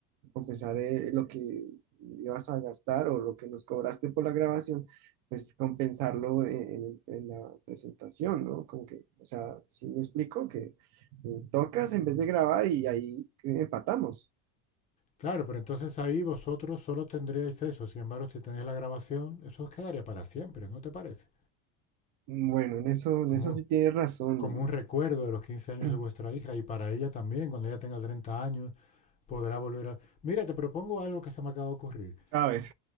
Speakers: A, on the right; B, on the left.
A: compensar eh, lo que ibas a gastar o lo que nos cobraste por la grabación, pues compensarlo en, en- en la presentación, ¿no? Como que, o sea, sí me explico que eh, tocas en vez de grabar y ahí eh, empatamos.
B: Claro, pero entonces ahí vosotros solo tendríais eso, sin embargo, si tenéis la grabación, eso os quedaría para siempre, ¿no te parece?
A: Bueno, en eso, en
B: Como,
A: eso sí tienes razón.
B: como un recuerdo de los 15 años
A: <clears throat>
B: de vuestra hija y para ella también, cuando ella tenga 30 años, podrá volver a... Mira, te propongo algo que se me acaba de ocurrir.
A: A ver,